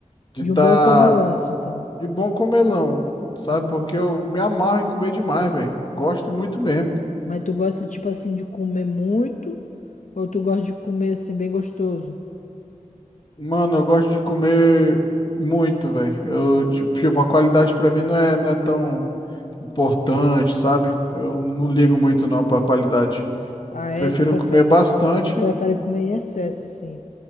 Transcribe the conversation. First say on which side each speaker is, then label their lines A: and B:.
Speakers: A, on the left (about 35°); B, on the left (about 70°).
A: de
B: De
A: tá
B: um bom comelance, então.
A: de bom comelão, sabe?
B: Hum,
A: Porque eu me amarro em comer demais, velho. Gosto muito mesmo.
B: mas tu gosta, tipo assim, de comer muito ou tu gosta de comer, assim, bem gostoso?
A: Mano, eu gosto de comer muito, velho. Eu, ti- tipo, a qualidade pra mim não é, não é tão importante, sabe? Eu não ligo muito não pra qualidade.
B: Ah, é?
A: Prefiro
B: Tu prefere,
A: comer bastante
B: tu prefere comer em excesso, assim.